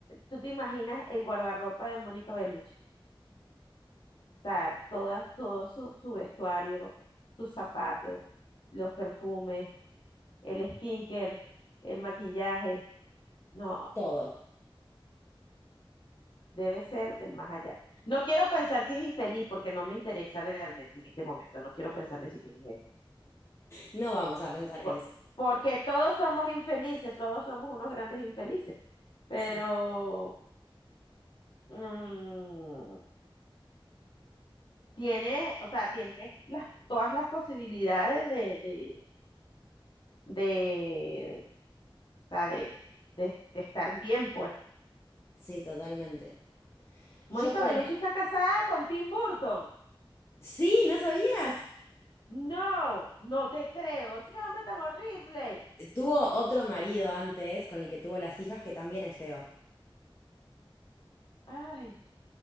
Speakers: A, on the left; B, on the left.
A: tú te imaginas el guardarropa de Mónica Bellucci. O sea, toda, todo su, su vestuario, sus zapatos, los perfumes, el skincare, el maquillaje. No,
B: Todo.
A: debe ser del más allá. No quiero pensar si es infeliz porque no me interesa realmente en este momento. No quiero pensar ni siquiera en eso
B: No vamos a pensar
A: Por-
B: en eso.
A: porque todos somos infelices, todos somos unos grandes infelices. Pero
B: Sí,
A: mm, tienes, o sea, tienes las, todas las posibilidades de, de, de o sea, de, de, de estar bien, pues.
B: sí, totalmente.
A: Mónica
B: Yo ponele.
A: Bellucci está casada con Tim Burton.
B: Sí, ¿no sabías?
A: No, no te creo. Ese hombre tan horrible.
B: Tuvo otro marido antes con el que tuvo las hijas que también es feo.
A: Ay,